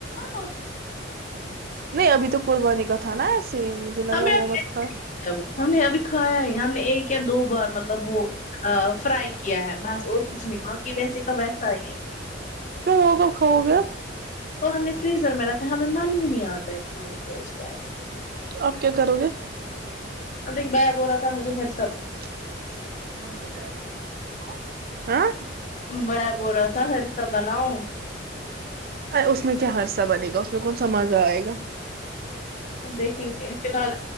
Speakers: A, on the left; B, on the right.
A: ہ
B: نہیں ابھی تو قربانی کا تھا نا ایسے ہی مجھے لگا
A: ہمیں
B: وہ مت کھائے
A: ہم نے ابھی کھایا ہی ہم نے ایک یا دو بار مطلب وہ فرائی کیا ہے بس اور کچھ نہیں باقی ویسے کا ویسا ہی ہے
B: کیوں وہ کب کھاؤ گے
A: وہ ہم نے فریزر میں رکھا ہے ہمیں من ہی نہیں ہے آتا ہے کھانے کو اس ٹائم
B: آپ کیا کرو گے
A: اب دیکھی بی ہو رہا تھا مجھےر
B: آ کیا مگ و ج ہ آاں
A: وہ بول رہا تھا ہرسا بناؤ
B: اس میں کیا ہرسہ بنے گا اس میں کون سا مزا آئے گا
A: اب دیکھیں گے فی الحال